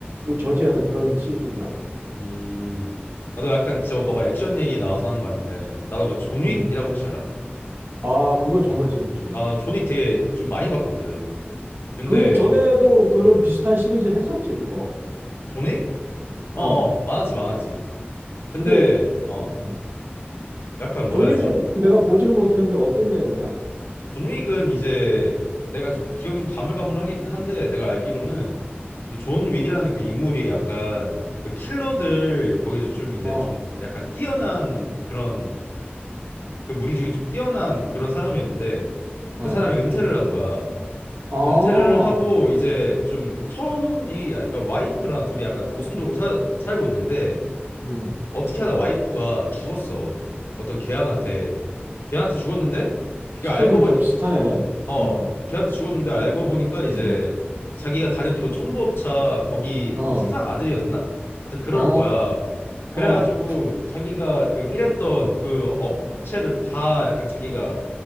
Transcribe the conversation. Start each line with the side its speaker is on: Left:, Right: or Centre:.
Right: 저지하는 그런 시리즈더라고.
Left: 음. 나도 약간 저 너가 액션 얘기 나와서 하는 말인데 나도 그 존윅이라고
Right: 음.
Left: 혹시 알아?
Right: 아, 그거 정말
Left: 어.
Right: 재밌지.
Left: 나 존윅 되게 좀 많이 봤거든. 근데
Right: 그 전에도 그런
Left: 음.
Right: 비슷한 시리즈 했었지, 그거.
Left: 존윅? 어,
Right: 어.
Left: 어. 많았지, 많았지. 근데
Right: 그게,
Left: 어
Right: 음.
Left: 약간 뭐라
Right: 존윅은
Left: 해야 되지?
Right: 내가 보지를 못했는데 어떤 내용이야?
Left: 존 윅은 이제 내가 지금 기억이 좀 가물가물하긴 한데 내가 알기로는 존 윅이라는 그 인물이 약간 그 킬러들 거기서 좀 이제
Right: 어,
Left: 좀 약간 뛰어난 그런 그 무리 중에 좀 뛰어난 그런 사람이었는데
Right: 어.
Left: 그 사람이 은퇴를 한 거야.
Right: 아,
Left: 은퇴를 하고 이제 좀 처음이 약간 와이프랑 둘이 약간 오순도고 살 살고 있는데
Right: 음.
Left: 어떻게 하다 와이프가 죽었어. 어떤 개한한테 개한테 죽었는데 그게
Right: 스토리는
Left: 알고 보니
Right: 다 비슷하네.
Left: 어,
Right: 어,
Left: 걔한테 죽었는데 알고 보니까 이제
Right: 어,
Left: 자기가 다녔던 그 청부업차 거기
Right: 어,
Left: 뭐 사장 아들이었나? 하여튼 그럴
Right: 어,
Left: 거야. 그래가지고
Right: 어.
Left: 자기가 그 일했던 그 업체를 다 약간 자기가